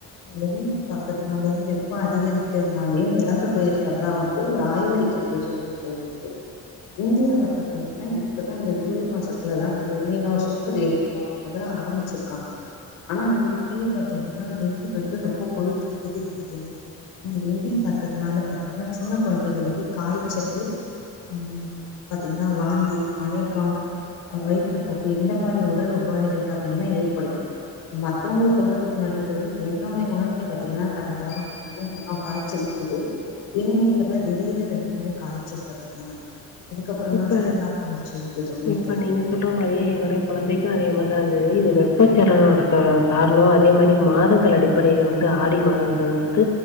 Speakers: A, on the left; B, on the left.
A: வெயில் தாக்கத்தினாலயூ வெப்ப அதிகரிக்கறதுனாலயூ எறந்து போய்ருக்றதா வந்து ஒரு ஆய்வறிக் வ சொல்லது தோல்வி வந்து இந்தியாவ பத்தி பத்தீங்கனா இப்பதா இந்த ஜூலை மாசத்துலதா அந்த எல்நினோ சூப்பர் எல்நினோங்கறது ஆரம்பிச்சிருக்கா
B: <inaudible>
A: ஆனா வந்து இப்பயே பாத்தீங்கனா வெயில் வந்து ரொம்ப கொழுத்து எடுக்கிது பாத்தீங்கனா இந்த வெயிலின் தாக்கதுனால பாத்தீங்கனா சின்ன கொழந்தைகளுக்கு காய்ச்சலூ அ பாத்தீங்கனா வாந்தி மயக்கம் அ வயித்துப்போக்கு இந்த மாறி உடல் உபாதிகள் பாத்தீங்கனா ஏற்படுது மத்தவங்கள சொல்றதுக்கு முன்னாடி தோழி என்னோடைய மகனுக்கே பாத்தீங்கனா கடந்த வாரம் தினோ தினோ காய்ச்சல் இருந்தது ஏனே தெர்ல திடீனு ரெண்டு நாளைக் காய்ச்சல் பாத்தீங்கனா அதுக்கப் அப்புறந்தா
B: இப்ப
A: சரியா போய்ருச்சு வந்து தோழி
B: இப்ப
A: வந்தது
B: நீங்க சொல்ற மாறியே என்னுடைய குழந்தைக்கு அதே மாறிதா இருந்தது இது வெப்பச்சலனோடத்தோட
A: ம்
B: காரணோ அதே மாறி மாதங்கள் அடிப் படையில வந்து ஆடி மாதங்கறது வந்து